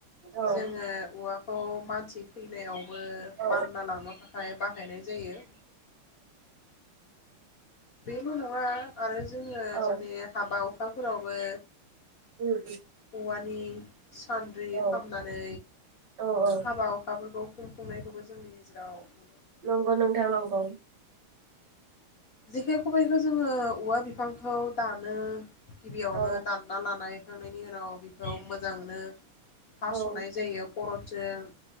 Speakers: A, on the right; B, on the left.
A: औ
B: जोङो औवा अ मानसि थैनायाव बो
A: औ
B: बानना लांनो थाखाय बाहायनाय ज बेल' नङा आरो
A: औ
B: जनि हाबा हखा स्कुलावबो
A: अम-अम।
B: औवानि सान्द्रि
A: औ
B: खालामनानै
A: औ औ
B: हाबा हुखाफोरखौ खुंफुंनायखौबो जोंनि गेजेराव नु
A: नंगौ नोंथां नगौ।
B: जेखाय, खबाइखौ जोङो औवा बिफांखौ दानो गिबियावनो
A: औ
B: दानना लानाय खांनायनि उनाव बेखौ मोजांनो
A: औ
B: हास'नाय जायो खर'जों